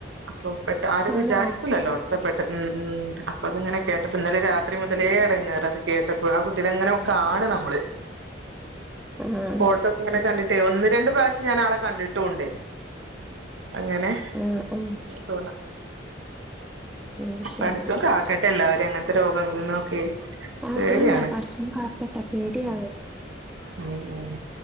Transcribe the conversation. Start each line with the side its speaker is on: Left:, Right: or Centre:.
Right: <unintelligible> അപ്പൊ പെട്ട ആരും
Centre: ആണോ
Right: വിചാരിക്ക്ല്ലല്ലോ ഇത്ര പെ ട്ട് ഉം ഉം അപ്പ അത്ങ്ങനെ കേട്ടപ്പൊ ഇന്നലെ രാത്രി മുതലേ എടങ്ങേറാ അത് കേട്ടപ്പൊ ആഹ് കുട്ടീടെങ്ങനെ കാ ആ നമ്മള്
Centre: <inaudible> ആഹ്
Right: ഫോട്ടോക്ക ഇങ്ങനെ കണ്ടിട്ടേ ഒന്ന് രണ്ട് പ്രാവശ്യം ഞാൻ ആളെ കണ്ടിട്ടുംണ്ട് അങ്ങനെ
Centre: ആഹ് ഉം
Right: തോന്ന
Centre: അത് ശരി
Right: പഠത്തും കാക്കട്ടെ എല്ലാവരും അങ്ങനെ രോഗങ്ങളിനൊക്കെ
Centre: അത്
Right: പേടിയാണ്
Centre: തന്നെ പടച്ചോൻ കാക്കട്ടെ പേടിയാണ്
Right: ഉം ഉം